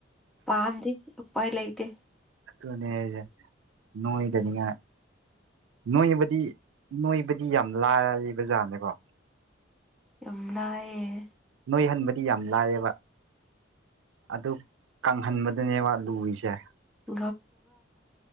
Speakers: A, in the centre; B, on the right.
A: ꯄꯥꯝꯗꯦ ꯎꯄꯥꯏ ꯂꯩꯇꯦ
B: ꯗꯨꯅꯦ ꯖꯦ ꯅꯣꯏꯗꯅꯤꯉꯥꯏ ꯅꯣꯏꯕꯗꯤ ꯅꯣꯏꯕꯗꯤ ꯌꯥꯝ ꯂꯥꯏꯔ ꯕꯖꯥꯅꯦꯀꯣ
A: ꯌꯥꯝ ꯂꯥꯏꯌꯦ
B: ꯅꯣꯏꯍꯟꯕꯗꯤ ꯌꯥꯝ ꯂꯥꯏꯌꯦꯕ ꯑꯗꯨ ꯀꯪꯍꯟꯕꯗꯨꯅꯦꯕ ꯂꯨꯔꯤꯁꯦ
A: <unintelligible>